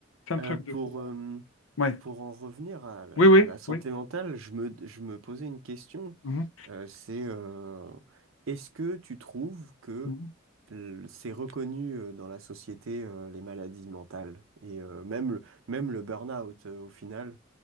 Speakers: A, on the left; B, on the right.
A: c'est un
B: euh,
A: truc
B: pour,
A: de, c'est un truc de fou.
B: euh,
A: Ouais.
B: pour en revenir à la,
A: Ouais.
B: à
A: Oui, oui,
B: la santé
A: oui.
B: mentale, je me, je me posais une question
A: Mhm,
B: Euh, c'est euh, est-ce que tu trouves que
A: mhm,
B: l- c'est reconnu euh, dans la société euh, les maladies mentales et euh, même le, même le burn-out euh, au final?